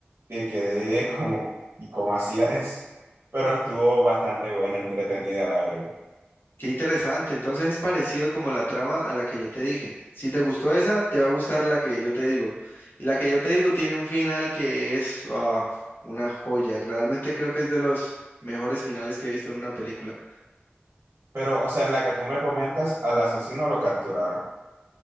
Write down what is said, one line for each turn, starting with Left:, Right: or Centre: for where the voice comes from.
Right: que quedé <laughs> como, ¿y cómo hacía eso? Pero estuvo bastante buena, entretenida, la verdad.
Left: Qué interesante. Entonces es parecido como la trama a la que yo te dije. Si te gustó esa, te va a gustar la que yo te digo. Y la que yo te digo tiene un final que es ah, una joya. Realmente creo que es de los mejores finales que he visto en una película.
Right: Pero, o sea, en la que tú me comentas, al asesino lo capturaron.